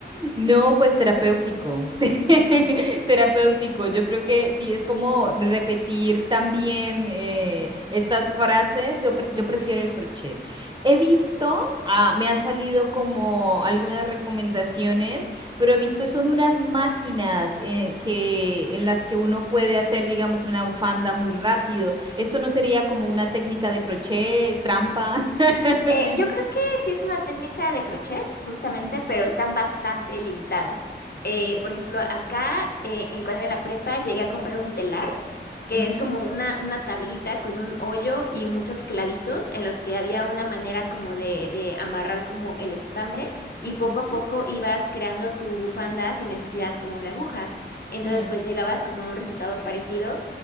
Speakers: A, on the right (about 25°); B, on the left (about 55°).
A: No, pues terapéutico, <laughs> terapéutico. Yo creo que sí, es como repetir también eh, estas frases. Yo, pre- yo prefiero el crochet. He visto, ah, me han salido como algunas recomendaciones, pero he visto son unas máquinas eh, que en las que uno puede hacer, digamos, una bufanda muy rápido. Esto no sería como una técnica de crochet, es trampa. <laughs>
B: Eh,
A: Dice-
B: yo creo que sí es una técnica de crochet, justamente,
A: Ujú,
B: pero están bastante limitadas. Eh,
A: Ok.
B: por ejemplo, acá, eh, en cuando iba en la prepa, llegué a comprar un telar, que
A: Ujú,
B: es como una, una tablita con un hoyo y muchos clavitos en los que había una manera como de, de amarrar como el estambre y poco
A: ujú,
B: a poco ibas creando tu bufanda sin necesidad como de agujas. Entonces,
A: mm,
B: pues llegabas como a un resultado parecido